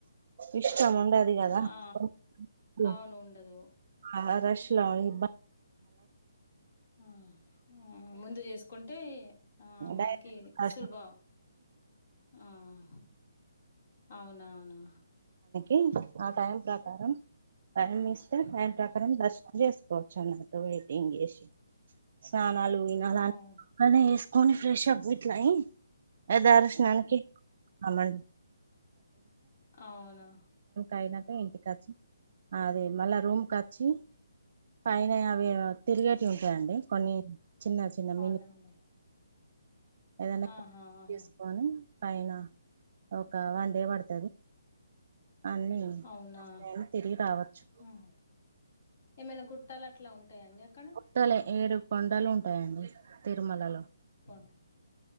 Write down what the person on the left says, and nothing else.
ఆ
అవును
ఉండదు
ఆహ ఉ ముందు చేసుకుంటే ఆ మనకి
సులభ ఆహ అవునా అవునా
అవు
అవునా
అవునా
అండి.
ఆహా! ఆహా!
అవునా!
ఆ! ఏమైనా గుట్టాలు అట్లా ఉంటాయండి అక్కడ
గు